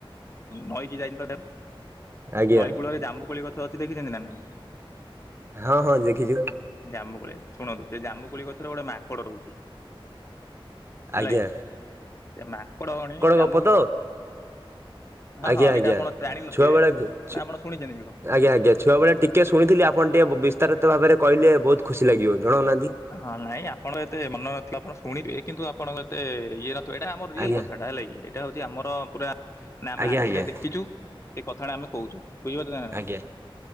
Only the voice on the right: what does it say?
ଆଜ୍ଞା
ହଁ ହଁ ଦେଖିଛି।
ଆଜ୍ଞା
ଗପ ତ
ଆଜ୍ଞା
ଆଜ୍ଞା।
ଛୁଆବେଳେ
ଆଜ୍ଞା ଆଜ୍ଞା ଛୁଆବେଳେ ଟିକେ ଶୁଣିଥିଲି ଆପଣ ଟିକେ ବିସ୍ତାରିତ ଭାବରେ କହିଲେ ବୋହୁତ୍ ଖୁସି ଲାଗିବ ଜଣାଉନାହାନ୍ତି।
ଆଜ୍ଞା
ଆଜ୍ଞା
ଆଜ୍ଞା
ଆଜ୍ଞା